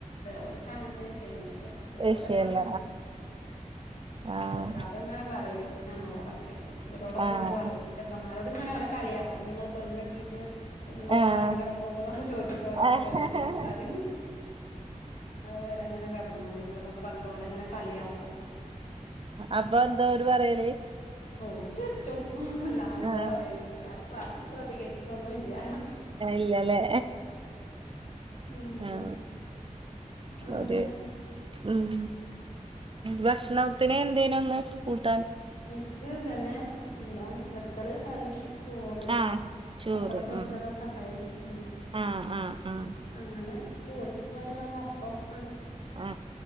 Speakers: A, on the left; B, on the right.
A: ഓല്ക്ക അങ്ങനത്തെ വിഷയയോന്നുല്ല
B: വിഷയല്ല
A: ഓലപ്പോ
B: ആഹ്
A: അപ്പോ ഇത്താത്ത ഇങ്ങനെ പറയും ഞങ്ങളോടൊക്കെ ഇരോടൊക്കെ
B: ആഹ് ആഹ്
A: ഇങ്ങനെ പറയും ചെന്മാരോട് ഇങ്ങനെ ഓല കളിയാക്കും നിങ്ങൾ പെണ്ണേട്ടിട്ട് പെണ്ണുങ്ങൾ
B: ആഹ്
A: മാറിക്കിടക്കുള്ളൂ എന്നൊക്കെ ചോദിച്ചിട്ട് ഓല
B: ആഹ്
A: ഓല ഇത്ര അറി വേറെങ്ങനെ കടന്നോളിങ്ങന്നൊക്കെ പറഞ്ഞിട്ട് ഓലങ്ങനെ കളിയാക്കും
B: അപ്പൊ എന്താ ഓരു പറയല്
A: ഓല് ച്ചിർച്ചു കൊടുക്കും അല്ലാതെ എന്താ
B: ആ
A: പറയണെ അങ്ങനെ പറഞ്ഞ് പ്രതികരിക്കൊന്നുല്ല
B: ഇല്ലല്ലേ
A: ഉം
B: ആ
A: അങ്ങനെ
B: ഓര് ഉം ഭക്ഷണത്തിന് എന്തേനു ഇന്ന് ഫുഡ്
A: ഇക്ക് തന്നെ എന്താണ് നെത്തല് കറി ചോറ്
B: ആഹ് ചോറ്
A: അപ്പടം പൊരിച്ചതൊക്കെ
B: ഉം
A: ഉണ്ടായിരുന്നു ഉം
B: ആഹ് ആഹ് ആഹ്
A: അങ്ങനെ കോ കോലിക്ക് ഒരു വക ഓഫ്
B: ആ